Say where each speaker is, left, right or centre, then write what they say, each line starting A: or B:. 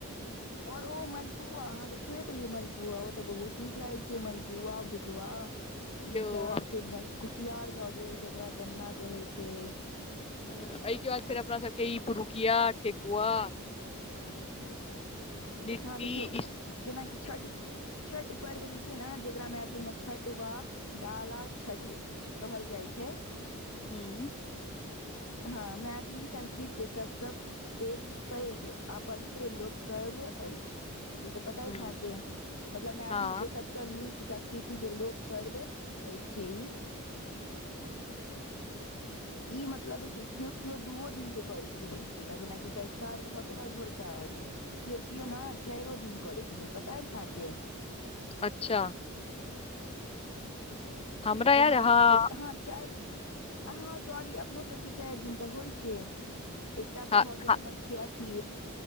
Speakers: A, on the left (about 75°); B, on the left (about 25°).
A: और ओ मलपुआ, अहाँ तऽ छोड़े देलियै मलपुआ ओ तऽ बहुत नीक लागै छै मलपुआ, भुसवा। ई
B: यौ
A: सब
B: हम
A: फेर गन् कुसियार भऽ गेल जकरा गन्ना कहे छै।
B: एहिके बाद फेर अपना सबके ई पुरुकिया, ठेकुआ। लिट्टी
A: हँ देखियौ
B: ई
A: जेनाकि छठ। छठ पर्व जे छै ने जेकरा मैथिलीमे छठ वा डाला छठ कहल जाइ छै।
B: हूँ।
A: हँ मैथिली संस्कृत के शब्द सब पैघ पैघ आ पवित्र लोक पर्व अछि। ई तऽ पता
B: हूँ
A: अछि अहाँके, मतलब मैथिली
B: हँ
A: के सब से नीक संस्कृति के लोक पर्व अछि ई
B: हँ।
A: ई मतलब देखियौ केओ केओ दूओ दिन के करे छथिन ई पूजा जेनाकि सँझुका अर्घ्य भऽ गेल और भोरका अर्घ्य केओ केओ ने चारो दिन करै छथिन पता अछि अहाँके
B: अच्छा। हमरा
A: जेनाकि,
B: यार हँ
A: हाँ चारि अहाँ सॉरी, अपनो सबके चारि दिन तऽ होइ छै, एकटा
B: खा
A: तऽ भए
B: खा
A: गेल अपन के अथि